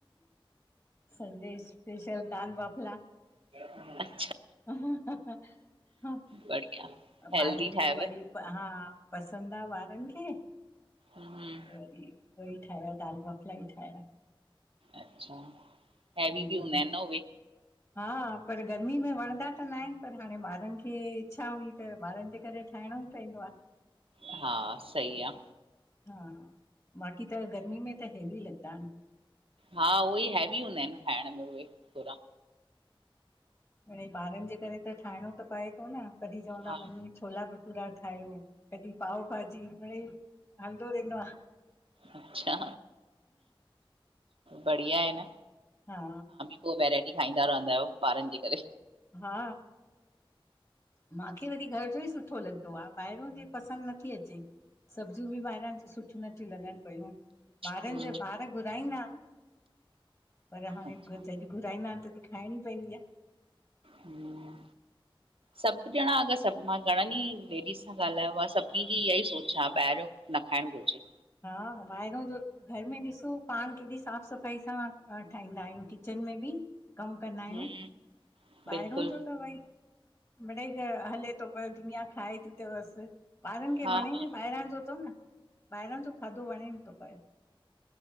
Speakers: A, on the left (about 30°); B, on the right (about 80°).
A: संडे स्पेशल दाल बाफला।
B: <inaudible>
A: ह
B: बढ़िया, हेल्दी
A: ॿारनि
B: ठाहियव?
A: खे वरी हा पसंदि आ ॿारनि खे त
B: हम्म
A: वरी उएई ठाहिया दाल बाफला ही ठाहिया
B: अच्छा हैवी
A: हम्म
B: बि हूंदा आहिनि न उए
A: हा पर गर्मी में वणंदा त न आहिनि पर हाणे ॿारनि खे इच्छा हुई त ॿारनि जे करे ठाहिणो ई पइंदो आ
B: हा सही आ
A: हा बाक़ी त गर्मी में त हैवी लॻंदा आहिनि
B: हा उहे ई हैवी हूंदा आहिनि खाइण में उहे थोड़ा
A: मिणई ॿारनि जे करे त ठाहिणो त पए थो न कॾहिं चवंदा
B: हा
A: मम्मी छोला भटूरा ठाहियो कॾहिं पाव भाॼी मिडइ हलंदो रहंदो आह
B: अच्छा बढिया आहे न
A: हा
B: पोइ वैराइटी ठाहिदा रहंदा आहियो ॿारनि जे करे
A: हा माखे वरी घर जो ई सुठो लॻंदो आहे ॿाहिरो जी पसंदि नथी अचे सब्जियूं बि ॿाहिरां जी सुठियूं नथियूं लॻनि पिययूं ॿारनि
B: हम्म
A: जा ॿार घुराईंदा आहिनि पर हाणे
B: अच्छा
A: जॾहिं घुराईंदा तॾहिं खाइणी पवंदी आह
B: हूं सभु ॼणा अगरि सभु मां घणनि ई लेडीस सां ॻाल्हायो आहे सभिनी जी इहा ई सोच आहे ॿाहिरियो न खाइणु घुरिजे
A: हा ॿाहिरो जो घर में ॾिसो पाण केॾी साफ़ सफ सफाई सां ठाहींदा आहियूं किचन में बि कमु कंदा आहियूं
B: हम्म बिल्कुलु
A: ॿाहिरों जो त वई मिडई त हले थो पियो दुनिया खाए थी त बस ॿारनि खे
B: हा
A: वणे
B: हा
A: बि ॿाहिरां जो थो न ॿाहिरां जो खाधो वणे न थो पए